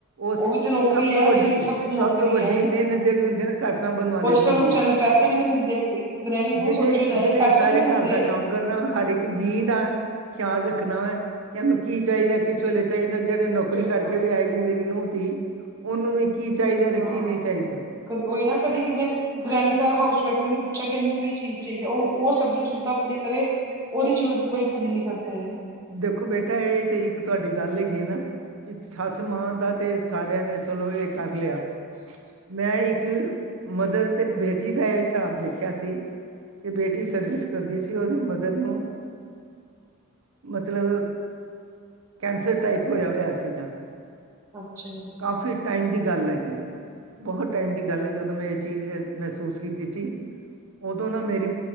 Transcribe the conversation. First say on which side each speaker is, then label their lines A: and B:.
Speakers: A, on the right (about 70°); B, on the right (about 15°).
A: ਓਸ
B: ਉਹ ਵੀ ਤੇ
A: ਓ
B: ਨੌਕਰੀ
A: ਸਭ ਤੋਂ
B: ਹੈ
A: ਵੱਡੀ,
B: ਉਹਦੀ ਵੀ ਨੌਕਰੀ
A: ਸਭ ਤੋਂ ਵੱਡੀ ਮੇਨਤ ਜੜੀ ਹੁੰਦੀ ਏ ਨਾ ਘਰ ਸਾਂਭਨ ਵਾਲੇ ਦੀ
B: ਤੇ
A: ਹੁੰਦੀ
B: ਓਨੂੰ ਵਿਚਾਰੀ
A: ਹੈ
B: ਨੂੰ ਪੈਸੇ ਵੀ ਨੀ ਮਿਲਦੇ ਏੱਕ, ਏੱਕ ਗ੍ਰੈਨੀ ਨੂੰ।
A: ਜਿਹਨੇ
B: ਸੋਚੇਯਾ ਜਾਏ
A: ਜਿਹਨੇ
B: ਪੈਸੇ
A: ਸਾਰੇ
B: ਵੀ ਨੀ ਮਿਲਦੇ
A: ਘਰ ਦਾ ਕੰਮ ਕਰਨਾ ਹਰ ਏੱਕ ਜੀਅ ਦਾ ਖਿਆਲ ਰੱਖਣਾ ਵੈ ਕੈਨੂੰ ਕੀ ਚਾਈਦੈ। ਕਿਸ ਵੇਲੇ ਚਾਈਦੇ, ਜੜੇ ਨੌਕਰੀ
B: ਬਿਲਕੁਲ
A: ਕਰਕੇ ਵੀ ਆਏਗੀ ਮੇਰੀ ਨੂੰਹ-ਧੀ ਓਨੂੰ ਵੀ ਕੀ ਚਾਈਦੈ ਤੇ
B: ਹਾਂ
A: ਕੀ ਨਈ ਚਾਈਦਾ।
B: ਕਦੀ ਓਈ ਨਾ, ਕਦੀ ਕਿਦੇ ਗ੍ਰੈਨੀ ਦਾ ਹਾਊਸ ਵਾਈਫ਼ ਜੇ ਨੀ ਪੁੱਛੇ ਕੇ ਏਨੂੰ ਕੀ ਚੀਜ਼ ਚਾਈਦੀ ਐ, ਓਨੂ ਓ ਸਭ ਦੀ ਜ਼ਰੂਰਤਾਂ ਪੂਰੀ ਕਰੇ। ਓਦੀ ਜ਼ਰੂਰਤ ਕੋਈ ਪੂਰੀ ਨੀ ਕਰਦਾ ਇਵੇਂ।
A: ਦੇਖੋ ਬੇਟਾ ਏ ਤੇ ਇੱਕ ਤੁਆਡੀ ਗੱਲ ਹੈਗੀ ਏ ਨਾ। ਇੱਕ ਸੱਸ ਮਾਂ ਦਾ ਤੇ ਸਾਰਿਆਂ ਨੇ ਚਲੋ ਏ ਕਰ ਲਿਆ ਮੈਂ ਇੱਕ ਮਦਰ ਤੇ ਬੇਟੀ ਦਾ ਏ ਹਿਸਾਬ ਦੇਖਿਆ ਸੀ। ਏ ਬੇਟੀ ਸਰਵਿਸ ਕਰਦੀ ਸੀ ਓਦੀ ਮਦਰ ਨੂੰ ਮਤਲਬ ਕੈਂਸਰ ਟਾਈਪ ਹੋਏਆ, ਹੋਏਆ ਸੀਗਾ।
B: ਅੱਛਾ।
A: ਕਾਫੀ ਟਾਈਮ ਦੀ ਗੱਲ ਹੈਗੀ ਏ। ਬੋਹੋਤ ਟਾਈਮ ਦੀ ਗੱਲ ਐ ਜਦੋਂ ਮੈਂ ਐ ਚੀਜ਼ ਅ ਮਹਿਸੂਸ ਕੀਤੀ ਸੀ। ਓਦੋਂ ਨਾ ਮੇਰੀ